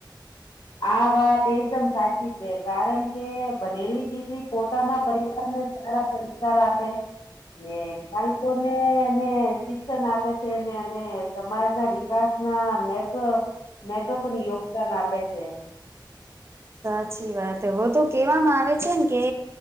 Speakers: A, on the left; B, on the right.
A: આ વાત એકદમ સાચી છે કારણ કે બનેલી દીકરી પોતાના પરિવારને ખરા સારા આપે. ને બાળકોને અને શિક્ષણ આપે છે ને અને સમાજ ના વિકાસ ના મોટો મોટો પણ યોગદાન આપે છે.
B: સાચી વાત હો તો કેહેવામાં આવે છે ને કે